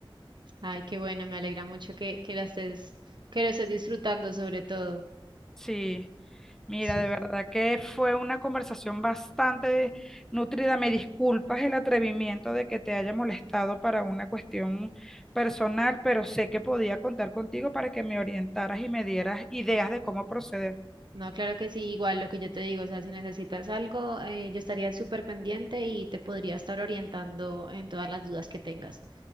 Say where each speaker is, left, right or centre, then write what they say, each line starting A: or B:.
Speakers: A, on the right; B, in the centre.
A: Ay, qué bueno, me alegra mucho que, que la estés, que lo estés disfrutando sobre todo.
B: Sí, mira,
A: Sí.
B: de verdad que fue una conversación bastante nutrida. Me disculpas el atrevimiento de que te haya molestado para una cuestión personal, pero sé que podía contar contigo para que me orientaras y me dieras ideas de cómo proceder.
A: No, claro que sí, igual lo que yo te digo, o sea, si necesitas algo, eh, yo estaría súper pendiente y te podría estar orientando en todas las dudas que tengas.